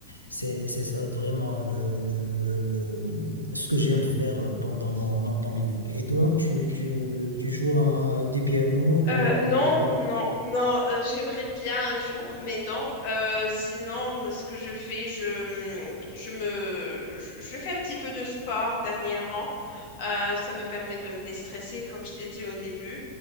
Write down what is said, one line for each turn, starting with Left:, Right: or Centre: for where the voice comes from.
Right: C'est c'est ça vraiment le, le, le, le, le- ce que j'aime faire pendant mon, mon temps libre. Et toi, tu, tu, tu joues un- du piano, de,
Left: Euh, non,
Right: de-
Left: non, non, euh, j'aimerais bien un jour, mais non. Euh, sinon, euh, ce que je fais, je, mm, je me, je, je fais un petit peu de sport dernièrement. Euh, ça me permet de me déstresser, comme je t'ai dit au début.